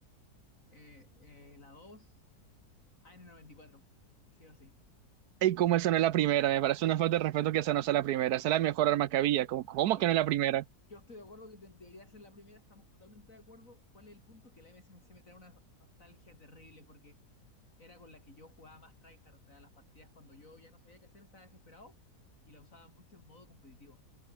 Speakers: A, on the left (about 55°); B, on the right (about 75°).
A: Eh, eh, la 2, AN94, sí o sí.
B: Y como esa no es la primera, me parece una falta de respeto que esa no sea la primera. Esa es la mejor arma que había. ¿Cómo, cómo
A: No, yo
B: que no
A: estoy,
B: es la primera?
A: Yo estoy de acuerdo que de- debería ser la primera, estamos totalmente de acuerdo. ¿Cuál es el punto? Que la MSMC me trae una nostalgia terrible porque era con la que yo jugaba más tryhard, o sea, las partidas cuando yo ya no sabía qué hacer, estaba desesperado y la usaba mucho en modo competitivo.